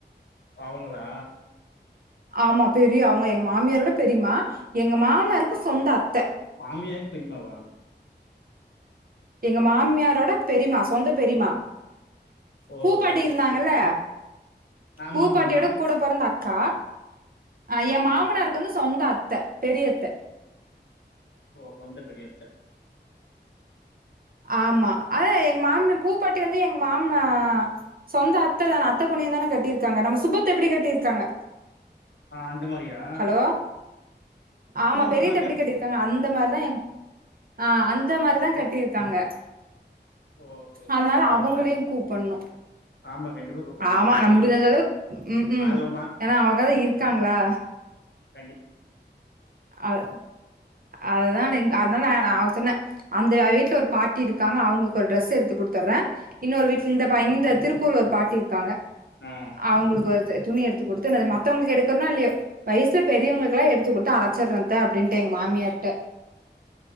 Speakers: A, on the left; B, on the right.
A: அவுங்களா
B: ஆமா பெரிய அவுங்க எங்க மாமியாரோட பெரியுமா எங்க மாமியாருக்கு சொந்த அத்த
A: மாமியாக் பெரிமாவா
B: எங்க மாமியாரோடப் பெரிமா சொந்த பெரிமா
A: ஓ
B: பூப்பாட்டி
A: சரி சரி
B: இருந்தாங்கல்ல
A: சரி திரு- ஆமா
B: பூப்பாட்டியோடக்
A: ஆமாம்மா
B: கூடப் பொறந்த அக்கா அ எ
A: ஆ
B: மாமனாருக்கு வந்து சொந்த அத்த பெரிய அத்த
A: ஓ ஒந்த பெரிய அத்த
B: ஆமா அதா எங் மாமியா பூப்பாட்டி வந்து எங்க மாமா சொந்த அத்த தானே அத்த பொண்ணையே தானே கட்டிருக்காங்க நம்ம சுப்பு அத்த எப்டி கட்டிர்காங்க
A: ஆ அந்த மாரியா
B: ஹலோ ஆமா பெரிய
A: சொல்லுமா
B: அத்த எப்டி
A: கேட்கு
B: கட்டிர் காங்க அந்த மாரிதா எங் ஆ அந்த மாரிதா
A: ஓ
B: கட்டிருக்காங்க
A: ஓ, சரி
B: அதனால
A: சரி பாப்பா
B: அவங்களையு கூப்பன்னு
A: ஆமா கண்டிப்பா கூப்பிடணும்
B: ஆமா
A: வயசுக்கு
B: நம்
A: பெரியவங்க
B: முடிஞ்சதளவுக் ம் ம்
A: அது உன் மா-
B: எனா அவுங்கதா இருக்காங்ளா
A: கண்டிப்
B: அத அததா நீங் அதனால் நா நா சொன்னே அந்தயே அவி வீட்ல ஒரு பாட்டி இருக்காங்க அவுங்ளுக்கு ஒரு டிரெஸ் எடுத்து குடுத்தர்றே இன்னொரு வீட்ல இந்த பா இந்த திருப்பூர்ல ஒரு பாட்டி இருக்காங்க
A: ஆ
B: அவுங்குளுக்கு வருதே துணி எடுத்து குடுத்துனேத மத்தவுங்ளுக்கு எடுக்கறனோ இல்லியோ வயச்ல பெரியவங்ளுக்லா எடுத்து குடுத்து அழக் ச்சர்றே அத்த அப்டின்ட்டு எங்க மாமியார்ட்ட